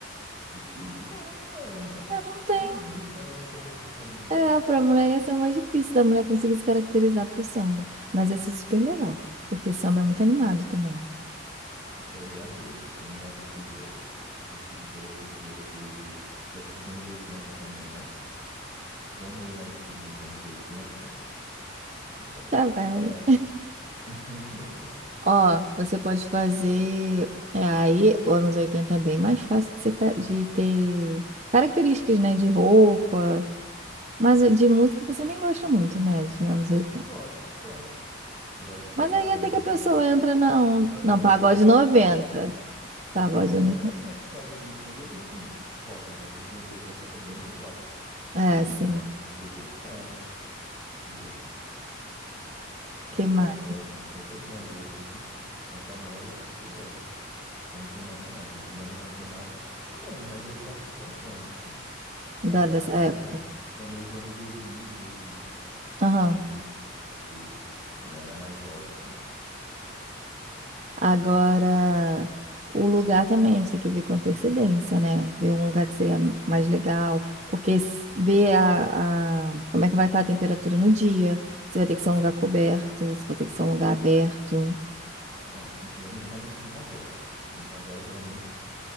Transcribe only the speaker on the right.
É, não tem.
É, pra mulher ia ser o mais difícil da mulher conseguir se caracterizar pro samba. Mas ia ser super legal, porque samba é muito animado também.
Tá velho.
Ó, você pode fazer. É, aí, anos 80 é bem mais fácil de, ser ca- de ter características, né? De roupa. Mas de música você nem gosta muito, né? De anos 80.
Mas
aí
até
que
a pessoa entra na onda.
Não,
pagode
90.
Pagode
anos.
no-
É,
sim.
Que
mais?
Da,
dessa
época.
Aham.
Agora, o lugar também, a gente tem que ver com antecedência, né? Ver um lugar que seria mais legal. Porque s- ver a, a- como é que vai estar a temperatura no dia. Se vai ter que ser um lugar coberto, se vai ter que ser um lugar aberto.